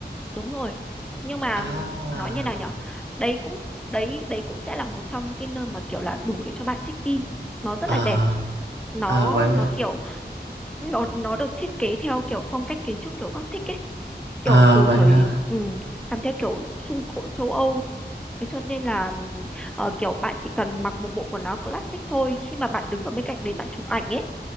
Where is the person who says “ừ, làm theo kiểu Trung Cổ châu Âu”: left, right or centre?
Centre